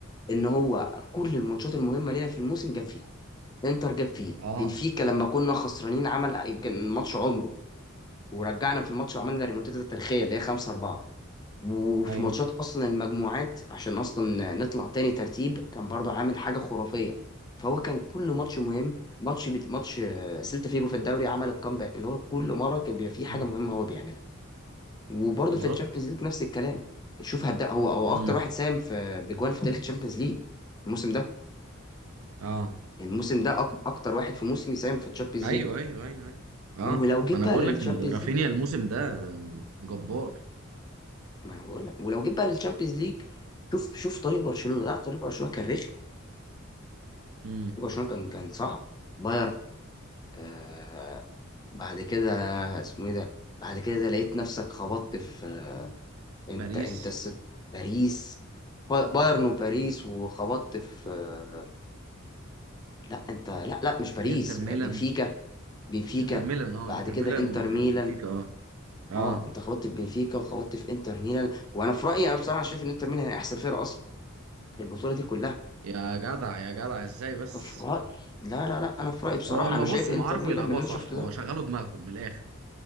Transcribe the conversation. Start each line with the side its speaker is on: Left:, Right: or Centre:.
Left: ان هو كل الماتشات المهمه لينا في الموسم جاب فيها انتر جاب فيه
Right: اه
Left: بنفيكا لما كنا خسرانين عمل يمكن ماتش عمره ورجعنا في الماتش وعملنا ريمونتادا تاريخيه اللي هي 5 4 وفي
Right: ايوه
Left: ماتشات اصلا المجموعات عشان اصلا نطلع تاني ترتيب كان برضه عامل حاجه خرافيه فهو كان كل ماتش مهم ماتش بت... ماتش آه، سيلتا فيجو في الدوري عمل الكامباك اللي هو كل مره كان بيبقى فيه حاجه
Right: مم.
Left: مهمه هو بيعملها وبرضه
Right: بالظبط
Left: في الشامبيونز ليج نفس الكلام شوف هدا هو هو
Right: امم
Left: اكتر واحد ساهم في بجوان في تاريخ الشامبيونز ليج الموسم ده
Right: اه
Left: الموسم ده أك- اكتر واحد في موسم يساهم في الشامبيونز
Right: ايوه
Left: ليج
Right: ايوه ايوه ايوه اه
Left: ولو جيت
Right: ما انا بقول
Left: بقى للشامبيونز
Right: لك ال- رافينيا
Left: ليج
Right: الموسم ده جبار
Left: ما انا بقول لك ولو جيت بقى للشامبيونز ليج شوف شوف طريق برشلونه لا طريق برشلونه كان رخم
Right: امم
Left: طريق برشلونه كان كان صعب باير آه بعد كده اسمه ايه ده بعد كده لقيت نفسك خبطت في آه انت
Right: باريس
Left: انت الس- باريس با- بايرن وباريس وخبطت في آه، لا انت لا لا مش باريس
Right: في انتر ميلان
Left: بنفيكا بنفيكا
Right: انتر ميلان اه
Left: بعد
Right: انتر
Left: كده
Right: ميلان
Left: انتر
Right: وبنفيكا
Left: ميلان
Right: اه اه
Left: اه انت خبطت في بنفيكا وخبطت في انتر ميلان وانا في رايي انا بصراحه شايف ان انتر ميلان هي احسن فرقه اصلا في البطوله دي كلها
Right: يا جدع يا جدع ازاي بس
Left: انا في رايي لا لا لا انا في رايي بصراحه
Right: هو هم
Left: انا
Right: بص
Left: شايف انتر
Right: هم عرفوا
Left: ميلان
Right: يلعبوها
Left: من اللي انا
Right: صح
Left: شفته
Right: هو
Left: ده
Right: شغلوا دماغهم من الاخر